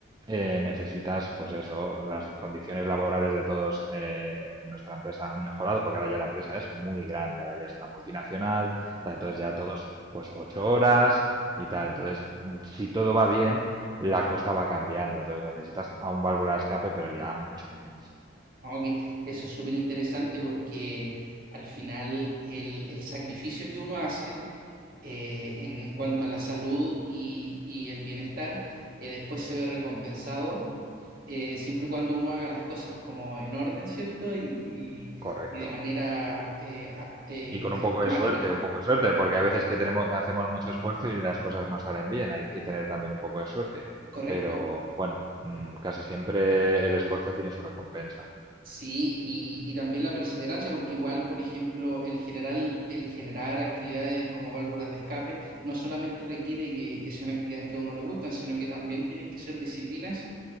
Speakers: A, on the right (about 20°); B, on the right (about 50°).
A: eh, necesitas, pues eso, las condiciones laborales de todos eh, en nuestra empresa han mejorado porque ahora ya la empresa es muy grande, ahora ya es una multinacional, tal, entonces ya todos, pues ocho horas y tal. Entonces, mm, si todo va bien, la cosa va cambiando. Entonces necesitas a un válvula de escape, pero ya mucho menos.
B: No, que eso es súper interesante porque al final el, el sacrificio que uno hace eh, en, en cuanto a la salud y, y el bienestar eh, después se ve recompensado eh, siempre y cuando uno haga las cosas como en orden, ¿cierto? Y, y-
A: Correcto.
B: y de manera eh, a- eh,
A: Y con un
B: sistemática.
A: poco de suerte, un poco de suerte, porque hay veces que tenemos, hacemos mucho esfuerzo y las cosas no salen bien. Hay que tener también un poco de suerte.
B: Correcto.
A: Pero bueno, mm, casi siempre el esfuerzo tiene su recompensa.
B: Sí, y, y también la perseverancia, porque igual, por ejemplo, el general, el generar actividades como válvulas de escape no solamente requiere que, que sean actividades que a uno le gustan, sino que también tienen que ser disciplinas